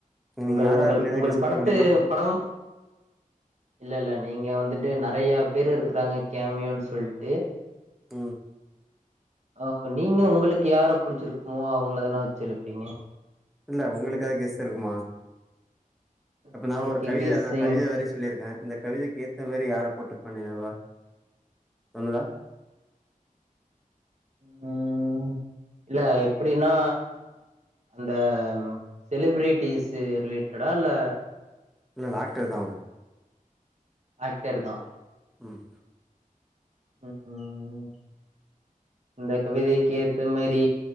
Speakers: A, on the right; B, in the centre.
A: உங்கள்
B: நீங்க யாரா
A: உங்கள்
B: இருக்குன்னு எதா
A: உங்கள்
B: கெஸ்
A: படத்து
B: பண்ண முடியுமா
A: படம் இல்ல இல்ல நீங்க வந்துட்டு டு நெறைய பேர் இருக்குறாங்க கேமியோன்னு சொல்ட்டு
B: ம்
A: ஆ நீங்க உங்களுக்கு யார புடிச்சிருக்குமோ அவங்களதானே வச்சிரு ருப்பீங்க
B: இல்ல உங்களுக்கு ஏதாவது கெஸ் இருக்குமா அப்போ
A: நம்மளுக்கு
B: நா ஒரு கவிதை
A: கெஸ்ஸிங்
B: நா கவிதை வரைய சொல்லியிருக்கே இந்த கவிதைக்கேத்தா மாரி யார போட்டிருப்பண்ணு எதா தோணுதா
A: ம் இல்ல எப்டின்னா அந்த செலிபிரிட்டிஸ்ஸு ரிலேட்டடா இல்ல
B: இல்ல ஆக்டர்தா அவுங்க
A: ஆக்டர் தா
B: ம்
A: ம் ஹு ம் இந்த கவிதைக்கேத்த மாரி